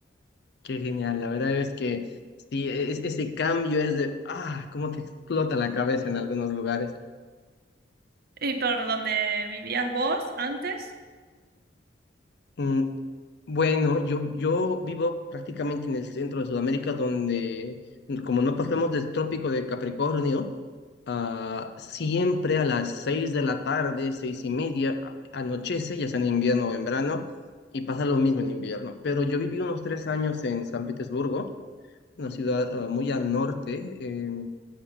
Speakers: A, on the left (about 60°); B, on the right (about 55°).
A: Qué genial, la verdad es que sí, e- es- ese cambio es de, ah, cómo te explota la cabeza en algunos lugares.
B: ¿Y por donde vivías vos antes?
A: Mm, bueno, yo, yo vivo prácticamente en el centro de Sudamérica donde como no pasamos del trópico de Capricornio, Ah, siempre a las seis de la tarde, seis y media, a- anochece, ya sea en invierno o en verano, y pasa lo mismo en invierno. Pero yo viví unos tres años en San Petersburgo, una ciudad ah, muy al norte, eh,